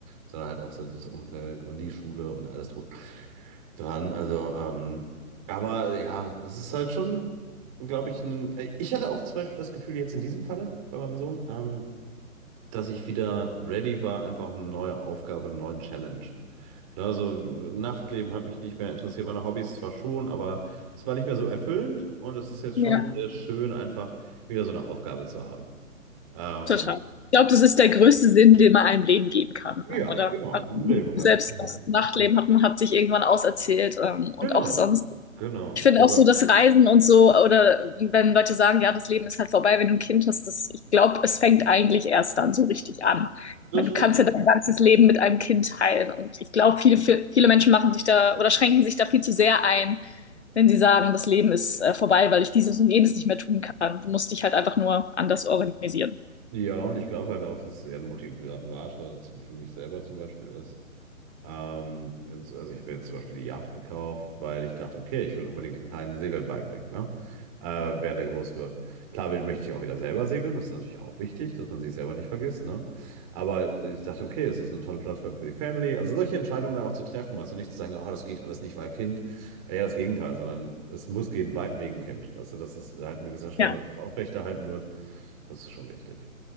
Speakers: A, on the right; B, on the left.
A: Sondern halt auch so das Umfeld und die Schule und alles drum dran. Also, ähm, aber ja, es ist halt schon, glaube ich, ein, ich hatte auch zum Beispiel das Gefühl jetzt in diesem Falle bei meinem Sohn, ähm, dass ich wieder ready war, einfach auf eine neue Aufgabe, eine neue Challenge. Ne, Also Nachtleben hat mich nicht mehr interessiert, meine Hobbys zwar schon, aber es war nicht mehr so erfüllend und es ist jetzt
B: ja,
A: schon sehr schön, einfach wieder so eine Aufgabe zu haben. Ähm,
B: total. Ich glaube, das ist der größte Sinn, den man einem Leben geben kann,
A: ja,
B: oder?
A: genau,
B: Also,
A: im Leben halt.
B: Selbst
A: Genau,
B: das Nachtleben hat man hat sich irgendwann auserzählt, ähm, und
A: genau.
B: auch sonst.
A: genau.
B: Ich finde
A: Oder?
B: auch so das Reisen und so, oder wenn Leute sagen, ja, das Leben ist halt vorbei, wenn du ein Kind hast, das, ich glaube, es fängt eigentlich erst dann so richtig an. Ich
A: Das
B: meine,
A: stimmt.
B: du kannst ja dein ganzes Leben mit einem Kind teilen. Und ich glaube, viele, viele Menschen machen sich da oder schränken sich da viel zu sehr ein, wenn sie sagen, das Leben ist äh, vorbei, weil ich dieses und jenes nicht mehr tun kann. Du musst dich halt einfach nur anders organisieren.
A: Ja, und ich glaube halt auch, dass es eher ein Motivator zum- für mich selber zum Beispiel ist. Ähm, jetzt- also ich habe jetzt zum Beispiel die Yacht gekauft, weil ich dachte, okay, ich will unbedingt den kleinen Segeln beibringen, ne? Äh, Mhm. während er groß wird. Klar will, möchte ich auch wieder selber segeln, das ist natürlich auch wichtig, dass man sich selber nicht vergisst, ne? Aber ich dachte, okay, es ist eine tolle Plattform für die Family. Also solche Entscheidungen dann auch zu treffen, weißt du, nicht zu sagen, oh, das geht alles nicht, weil Kind. Äh, Ja, das Gegenteil, sondern es muss gehen wei- wegen Kind, weißt du, dass es halt ein gewisser Standard
B: Ja,
A: auch aufrechterhalten wird, das ist schon wichtig.